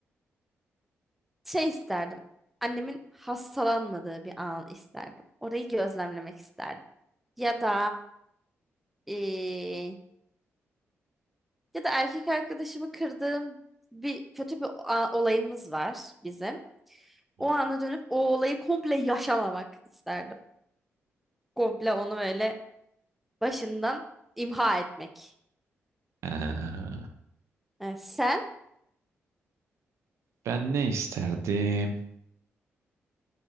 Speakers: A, in the centre; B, on the right.
A: Şey isterdim. Annemin hastalanmadığı bir an isterdim. Orayı gözlemlemek isterdim. Ya da eee, ya da erkek arkadaşımı kırdığım bir kötü bir a- olayımız var bizim.
B: Hmm.
A: O ana dönüp o olayı komple yaşamamak isterdim. Komple onu böyle başından imha etmek.
B: Ee,
A: Evet, sen?
B: ben ne isterdim?